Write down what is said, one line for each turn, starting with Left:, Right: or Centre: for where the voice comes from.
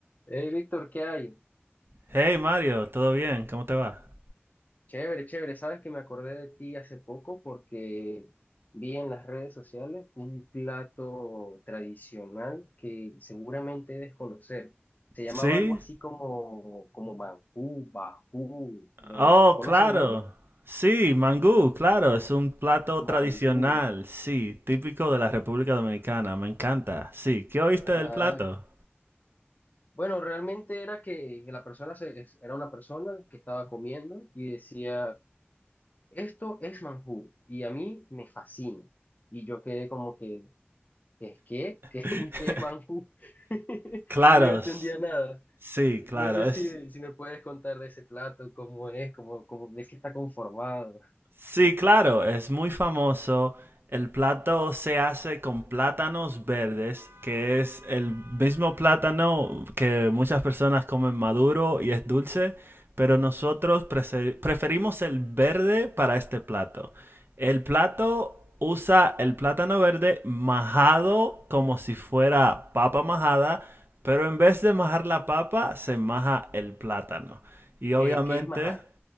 Left: Hey, Víctor, ¿qué hay?
Right: Hey Mario, ¿todo bien? ¿Cómo te va?
Left: Chévere, chévere. Sabes que me acordé de ti hace poco porque vi en las redes sociales un plato tradicional que seguramente debes conocer. Se llamaba
Right: Sí.
Left: algo así como, como mangú, bajú. Eh,
Right: Oh,
Left: ¿conoces
Right: claro.
Left: el nombre?
Right: Sí, mangú, claro, es un plato tradicional,
Left: Mangú.
Right: sí, típico de la República Dominicana, me encanta. Sí, ¿qué oíste
Left: Ah,
Right: del plato?
Left: bueno, realmente era que la persona se- es- era una persona que estaba comiendo y decía, esto es mangú y a mí me fascina. Y yo quedé como que, ¿Qué, qué? ¿Qué,
Right: <laughs>
Left: <laughs> qué es Manjú? <laughs>
Right: Claros,
Left: Y no entendía nada.
Right: sí, claro,
Left: No sé si,
Right: es,
Left: si me puedes contar de ese plato, cómo es, cómo, cómo, de qué está conformado.
Right: Sí, claro, es muy famoso. El plato se hace con plátanos verdes, que es el mismo plátano que muchas personas comen maduro y es dulce, pero nosotros prese- preferimos el verde para este plato. El plato usa el plátano verde majado como si fuera papa majada, pero en vez de majar la papa, se maja el plátano. Y obviamente
Left: ¿Qué, qué es majado?